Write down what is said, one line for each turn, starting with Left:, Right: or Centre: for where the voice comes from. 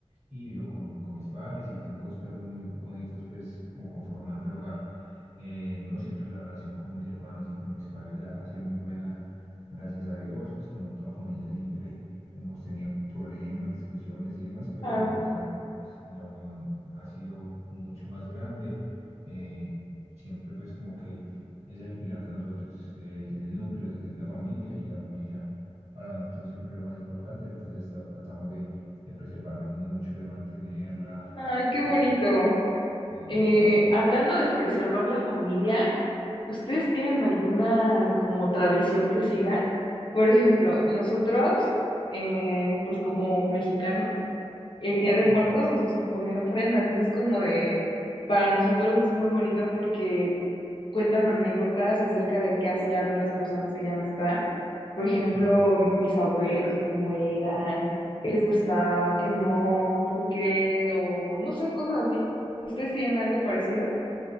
Right: y vivo con, con mis padres y tengo dos perros muy bonitos, pues como conformando el hogar. Eh, no, siempre la relación con mis hermanas y con mis padres ha, ha sido muy buena, gracias a Dios, pues como toda familia siempre hemos tenido problemas, discusiones y demás, pero
Left: Claro.
Right: el amor pues, y la unión ha sido mucho más grande. Eh, siempre pues como que es el pilar de nosotros, eh, el núcleo es la familia y la familia para nosotros siempre es lo más importante, entonces tra- tratamos de, de preservarla mucho, de mantenerla.
Left: Ay, qué
Right: Y,
Left: bonito.
Right: y
Left: Eh,
Right: es- es-
Left: hablando de preservar la familia, ¿ustedes tienen alguna como tradición que sigan? Por ejemplo, nosotros, eh, pues como mexicanos, el Día de
Right: sí,
Left: Muertos nos gusta poner ofrenda, entonces como de, para nosotros es muy bonito porque cuentan anécdotas acerca de qué hacían las personas que ya no están. Por ejemplo,
Right: sí.
Left: mis abuelos, cómo eran, qué les gustaba, qué no, por qué, o no sé, cosas así. ¿Ustedes tienen algo parecido?